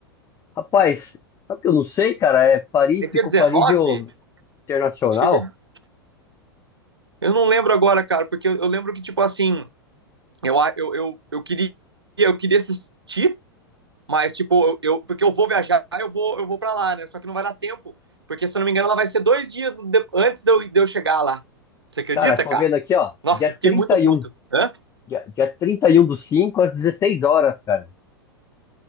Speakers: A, on the left; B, on the right.
A: Rapaz, sabe o que eu não sei, cara? É Paris,
B: É dia
A: ficou
B: 19?
A: Paris e o Internacional.
B: Acho que é dia... de- Eu não lembro agora, cara, porque eu, eu lembro que, tipo, assim, eu, a- eu, eu, eu queria, eu queria assistir, mas, tipo, eu, eu- porque eu vou viajar, eu vou, eu vou pra lá, né? Só que não vai dar tempo, porque, se eu não me engano, ela vai ser dois dias de- antes de eu, de eu chegar lá. Você acredita,
A: Cara, tô
B: cara?
A: vendo aqui, ó,
B: Nossa,
A: dia
B: fiquei
A: trinta
B: muito
A: e
B: puto.
A: um,
B: Hã?
A: Dia, dia 31 do 5 às 16 horas, cara.